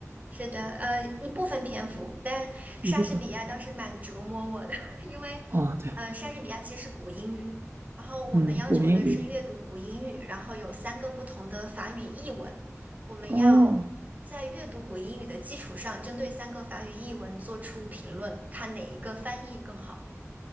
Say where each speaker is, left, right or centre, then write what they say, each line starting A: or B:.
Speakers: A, on the right; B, on the right.
A: 是的，呃，一部分篇幅，但莎士比亚当时蛮折磨我的，
B: 一部分
A: <laughs> 因为，
B: 啊？对，
A: 呃，莎士比亚其实是古英语，然后我们要求的是阅读古英语，
B: 嗯，古英语
A: 然后有三个不同的法语译文，我们要在阅读古英语的基础上，
B: 哦，
A: 针对三个法语译文做出评论，看哪一个翻译更好。